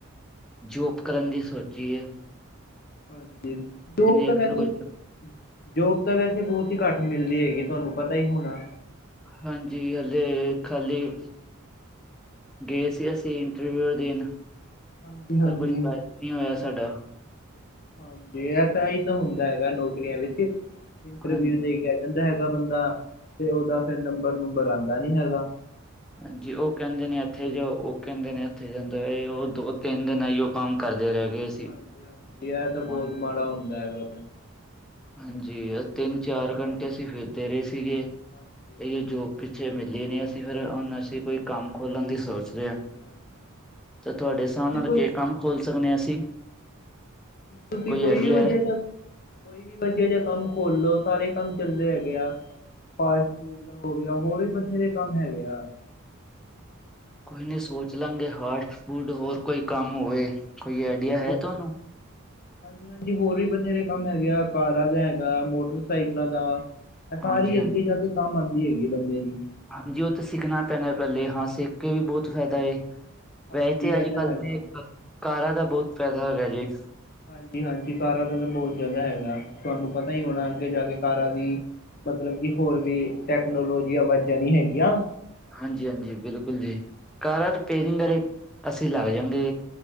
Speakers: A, in the centre; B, on the left.
A: ਜੋਬ ਕਰਨ ਦੀ ਸੋਚੀ ਏ।
B: ਹਾਂਜੀ, ਜੋਬ ਤਾਂ
A: ਇੱਕ
B: ਵੈਸੇ
A: ਦੋ
B: ਜੋਬ ਤਾਂ ਵੈਸੇ ਬਹੁਤ ਹੀ ਘੱਟ ਮਿਲਦੀ ਹੈਗੀ ਤੁਹਾਨੂੰ ਪਤਾ ਹੀ ਹੋਣਾ?
A: ਹਾਂਜੀ, ਹਲੇ ਖਾਲੀ ਗਏ ਸੀ ਅਸੀਂ ਇੰਟਰਵਿਊ ਦੇਨ
B: ਹਾਂਜੀ, ਹਾਂਜੀ।
A: ਪਰ ਕੁਛ <unintelligible> ਨਹੀਂ ਹੋਇਆ ਸਾਡਾ।
B: ਹਾਂਜੀ, ਇਹ ਤਾਂ ਹੀ ਤਾਂ ਹੁੰਦਾ ਹੈਗਾ ਨੌਕਰੀਆਂ ਵਿੱਚ ਇੰਟਰਵਿਊ
A: ਹਾਂ
B: ਦੇ ਗਿਆ। ਕਹਿੰਦਾ ਹੈਗਾ ਬੰਦਾ ਤੇ ਉਹਦਾ ਫੇਰ ਨੰਬਰ, ਨੁੰਬਰ ਆਉਂਦਾ ਨੀ ਹੈਗਾ।
A: ਹਾਂਜੀ, ਉਹ ਕਹਿੰਦੇ ਨੇ ਇੱਥੇ ਜਾਓ ਉਹ ਕਹਿੰਦੇ ਨੇ ਇੱਥੇ ਜਾਂਦੇ ਪਏ ਓ ਉਹ ਦੋ ਤਿੰਨ ਦਿਨ ਆ ਹੀ ਉਹ ਕੰਮ ਕਰਦੇ ਰਹਿ ਗਏ। ਸੀ
B: ਹਾਂਜੀ, ਹਾਂਜੀ ਇਹ ਤਾਂ
A: ਹੁਣ
B: ਬਹੁਤ ਮਾੜਾ ਹੁੰਦਾ ਹੈਗਾ।
A: ਹਾਂਜੀ, ਤਿੰਨ ਚਾਰ ਘੰਟੇ ਅਸੀਂ ਫਿਰਦੇ ਰਹੇ ਸੀ ਗੇ
B: ਹਾਂਜੀ
A: ਇਹ ਜੋਬ ਪਿੱਛੇ ਮਿਲੇ ਨਹੀਂ ਅਸੀਂ ਫਿਰ ਹੁਣ ਅਸੀਂ ਕੋਈ ਕੰਮ ਖੋਲਣ ਸੌਚ ਰਿਆ
B: ਹਾਂਜੀ ਹਾਂਜੀ
A: ਤੇ ਤੁਹਾਡੇ ਹਿਸਾਬ
B: ਤੁਸੀਂ
A: ਨਾਲ
B: ਕੋਈ
A: ਕੀ ਕੰਮ ਖੋਲ ਸਕਦੇ ਆ ਅਸੀਂ
B: ਤੁਸੀਂ ਕੋਈ
A: ਆਈਡੀਆ
B: ਵੀ ਵਧੀਆ
A: ਹੈ।
B: ਜਾ ਕੋਈ ਵੀ ਵਧੀਆ ਜਿਹਾ ਕੰਮ ਖੋਲ ਲੋ ਸਾਰੇ ਕੰਮ ਚੱਲਦੇ ਹੈਗੇ ਆ। ਫਾਸਟ ਫੂਡ ਦਾ ਹੋ ਗਿਆ ਹੋਰ ਵੀ ਬਥੇਰੇ ਕੰਮ ਹੈਗੇ ਆ।
A: ਕੋਈ ਨਹੀਂ ਸੋਚ ਲਾਂਗੇ ਫਾਸਟ ਫੂਡ ਹੋਰ ਕੋਈ ਕੰਮ ਹੋਵੇ ਕੋਈ ਆਈਡੀਆ ਹੈ
B: ਉਹ
A: ਤੁਹਾਨੂੰ?
B: ਹਾਂਜੀ, ਹਾਂਜੀ ਹੋਰ ਵੀ ਬਥੇਰੇ ਕੰਮ ਹੈਗੇ ਆ ਕਾਰਾਂ ਦਾ ਹੈਗਾ ਮੋਟਰਸਾਈਕਲਾਂ ਦਾ। ਏ ਸਾਰੀ
A: ਹਾਂਜੀ ਹਾਂਜੀ
B: ਅੱਗੇ ਜਾ ਕੇ ਕੰਮ ਆਉਂਦੀ ਹੈਗੀ ਬੰਦੇ ਦੀ।
A: ਹਾਂਜੀ, ਉਹ ਤਾਂ ਸਿੱਖਣਾ ਪੈਣਾ ਪਹਿਲੇ ਹਾਂ ਸਿੱਖ ਕੇ ਵੀ ਬਹੁਤ ਫ਼ਾਇਦਾ ਏ।
B: ਹਾਂਜੀ
A: ਵੈਸੇ ਤੇ
B: ਇਹ
A: ਅੱਜ
B: ਤਾਂ
A: ਕੱਲ੍ਹ
B: ਹੈਗਾ
A: ਤੇ ਕਾਰਾ ਦਾ ਬਹੁਤ ਫਾਇਦਾ ਹੈਗਾ ਜੇ।
B: ਹਾਂਜੀ, ਹਾਂਜੀ ਕਾਰਾਂ ਦਾ ਤਾਂ ਬਹੁਤ ਜ਼ਿਆਦਾ ਹੈਗਾ ਤੁਹਾਨੂੰ ਪਤਾ ਹੀ ਹੋਣਾ ਅੱਗੇ ਜਾ ਕੇ ਕਾਰਾਂ ਦੀ ਮਤਲਬ ਕਿ ਹੋਰ ਵੀ ਟੈਕਨੋਲੋਜੀਆ ਵਧ ਜਾਣੀ ਹੈਗੀਆਂ।
A: ਹਾਂਜੀ, ਹਾਂਜੀ ਬਿਲਕੁਲ ਜੀ ਕਾਰਾਂ ਰਿਪੇਅਰਿੰਗ ਆਲੇ ਅਸੀਂ ਲੱਗ ਜਾਂਗੇ।